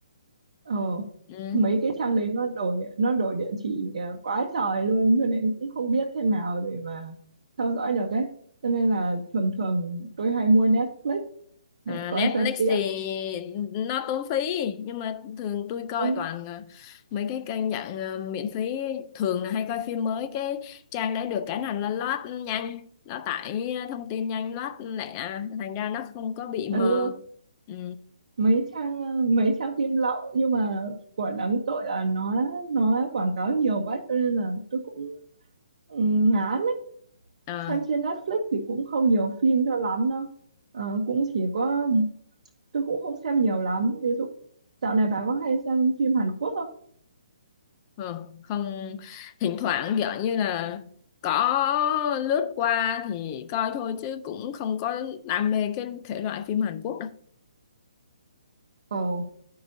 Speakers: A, on the right; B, on the left.
A: ờ
B: ừ.
A: mấy cái trang đấy nó đổi nó đổi địa chỉ ờ, quá trời luôn cho nên cũng không biết thế nào để mà theo dõi được ấy cho nên là thường thường tôi hay mua Netflix để
B: à,
A: coi
B: Netflix
A: cho tiện
B: thì nó tốn phí nhưng mà thường tôi coi
A: ừ,
B: toàn ờ, mấy cái kênh dạng ờ, miễn phí thường là hay coi phim mới cái trang đấy được cái nào là nó load nhanh nó tải thông tin nhanh load lẹ thành ra nó không có bị mờ
A: ừ,
B: ừ.
A: mấy trang ờ, mấy trang phim lậu nhưng mà của đáng tội là nó nó quảng cáo nhiều quá cho nên là tôi cũng ừ, ngán ấy
B: Ờ.
A: xem trên Netflix thì cũng không nhiều phim cho lắm đâu Ờ, cũng chỉ có tôi cũng không xem nhiều lắm ví dụ dạo này bà có hay xem phim Hàn Quốc không?
B: Ờ, không thỉnh thoảng kiểu như là có lướt qua thì coi thôi chứ cũng không có đam mê cái thể loại phim Hàn Quốc đâu.
A: Ồ,